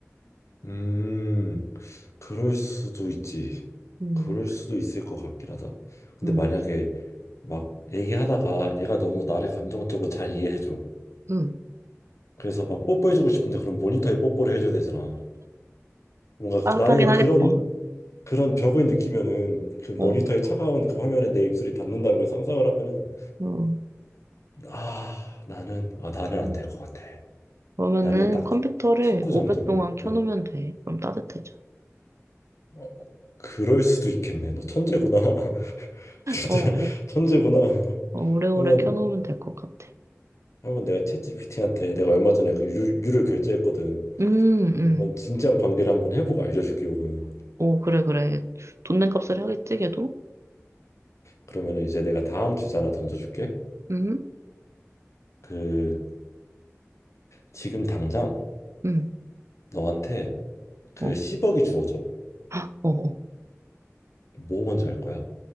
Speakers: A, on the left (about 70°); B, on the right (about 65°).
A: 음. 그럴 수도 있지.
B: 음,
A: 그럴 수도 있을 것 같긴 하다. 근데
B: 음,
A: 만약에 막 얘기하다가 얘가 너무 나를 감정적으로 잘 이해해줘.
B: 음.
A: 그래서 막 뽀뽀해주고 싶은데 그럼 모니터에 뽀뽀를 해줘야 되잖아. 뭔가
B: 빠듯하긴
A: 그- 나는 그런
B: 하겠다.
A: 그런 벽을 느끼면은 그 모니터의
B: 어,
A: 차가운 그 화면에 내 입술이 닿는다는 걸 상상을 하면은
B: 어
A: 아 나는 아 나는 안
B: 음.
A: 될 것 같아.
B: 그러면은
A: 나는 딱
B: 컴퓨터를
A: 친구
B: 오랫동안
A: 정도로.
B: 켜놓으면
A: 어.
B: 돼. 그럼 따뜻해져.
A: 어, 그럴 수도 있겠네. 너 천재구나. <laughs> 진짜
B: 어, 어,
A: 천재구나.
B: 어, 오래오래
A: 한번
B: 켜놓으면 될 것 같아.
A: 한번 내가 챗GPT한테 내가 얼마 전에 그 유, 유를 결제했거든.
B: 음, 음.
A: 한번 진지한 관계를 한번 해보고 알려줄게 요거는.
B: 오, 그래, 그래. 돈 낸 값을 하겠지, 걔도?
A: 그러면은 이제 내가 다음 주제 하나 던져줄게.
B: 음,
A: 그 지금 당장
B: 음.
A: 너한테 그
B: 어,
A: 10억이 주어져.
B: 헉, 어, 어.
A: 뭐 먼저 할 거야?